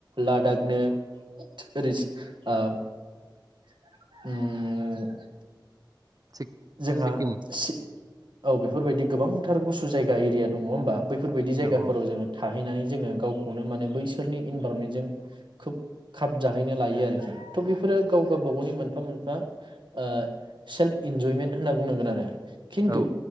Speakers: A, on the right (about 75°); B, on the right (about 50°).
A: लादाखनो <unintelligible> उम।
B: थिग
A: जोंहा
B: सिक्किम
A: सि। औ बेफोरबायदि गोबांथार गुसु जायगा एरिया दं नङा होमबा बै फोरबायदि जायगाफोराव
B: औ
A: जोङो थाहैनानै जोङो गावखौनो माने बैसोरनि इनभारमेनजों खोब खाब जहैनो लायो आरोखि थ बेफोरो गाव-गावबा गावनि मोनफा मोनफा ओ सेल्प इनजयमेन्त होनना बुंनांगोन आरो खिन्थु
B: औ